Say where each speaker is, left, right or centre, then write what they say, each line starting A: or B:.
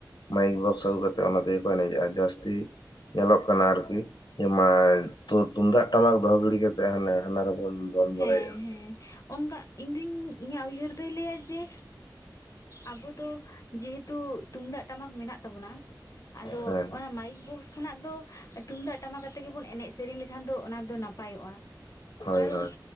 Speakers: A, on the left; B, on the left.
A: ᱢᱟᱭᱤᱠ ᱵᱚᱠᱥ ᱟᱹᱜᱩ ᱠᱟᱛᱮᱫ ᱚᱱᱟᱛᱮ ᱜᱮᱠᱚ ᱮᱱᱮᱡᱮᱜᱼᱟ ᱡᱟᱹᱥᱛᱤ ᱧᱮᱞᱚᱜ ᱠᱟᱱᱟ ᱟᱨᱠᱤ <unintelligible> ᱛᱩᱢᱫᱟᱜ ᱴᱟᱢᱟᱠ ᱫᱚᱦᱚ ᱜᱤᱲᱤ ᱠᱟᱛᱮᱜ ᱦᱟᱱᱮ ᱦᱟᱱᱟ <unintelligible> ᱵᱚᱱ ᱫᱚᱱ ᱵᱟᱲᱟᱭᱮᱜᱼᱟ
B: ᱦᱮᱸ ᱦᱮᱸ ᱚᱱᱠᱟ ᱤᱧᱫᱩᱧ ᱤᱧᱟᱹᱜ ᱩᱭᱦᱟᱹᱨ ᱫᱚᱭ ᱞᱟᱹᱭᱟ ᱡᱮ ᱟᱵᱚ ᱫᱚ ᱡᱮᱦᱮᱛᱩ ᱛᱩᱢᱫᱟᱜ ᱴᱟᱢᱟᱠ ᱢᱮᱱᱟᱜ ᱛᱟᱵᱚᱱᱟ ᱟᱫᱚ
A: ᱦᱮᱸ
B: ᱚᱱᱟ ᱢᱟᱭᱤᱠ ᱵᱚᱠᱥ ᱠᱷᱚᱱᱟᱜ ᱫᱚ ᱛᱩᱢᱫᱟᱜ ᱴᱟᱢᱟᱠᱟᱛᱮ ᱜᱮᱵᱚᱱ ᱮᱱᱮᱡ ᱥᱮᱨᱮᱧ ᱞᱮᱠᱷᱟᱱ ᱫᱚ ᱚᱱᱟ ᱫᱚ ᱱᱟᱯᱟᱭᱚᱜᱼᱟ
A: ᱦᱳᱭ
B: ᱠᱟᱨᱚᱱ
A: ᱦᱳᱭ